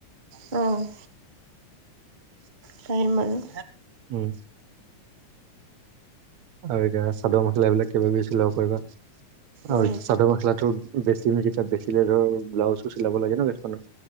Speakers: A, on the right; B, on the right.
A: অ'।
B: <unintelligible>
A: পাৰিম বাৰু।
B: উম। আৰু এতিয়া চাদৰ মখলা বিলাক কিবা-কিবি চিলাব পাৰিবা আৰু
A: উম।
B: এ চাদৰ মেখেলাটো বেছি <unintelligible> বেছিলে ধৰ ব্লাউজও চিলাব লাগে ন এখনৰ?